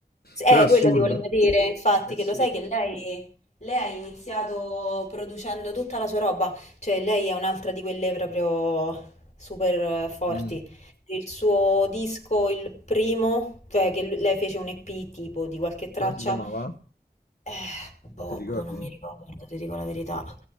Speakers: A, on the left; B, on the left.
A: S- Eh,
B: Però è assurdo.
A: quello ti volevo dire, infatti,
B: È assurdo.
A: che lo sai che lei, lei ha iniziato producendo tutta la sua roba, cioè lei è un'altra di quelle proprio super eh, forti.
B: Mm.
A: Il suo disco, il primo, cioè che l- lei fece un EP tipo di qualche traccia,
B: Come si chiamava?
A: eh, boh,
B: Non ti ricordi?
A: mo non mi ricordo, ti dico la verità.